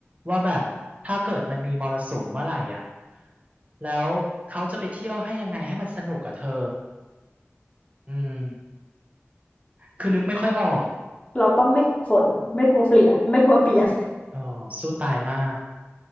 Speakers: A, on the right; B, on the left.
A: ว่าแบบถ้าเกิดมันมีมรสุมเมื่อไหร่อ่ะแล้วเขาจะไปเที่ยวให้ยังไงให้มันสนุกกับเธออืมคือนึกไม่ค่อยออก
B: เราต้องไม่กลัวฝนไม่กลัวเปียกไม่กลัวเปียก
A: เออสู้ตายมาก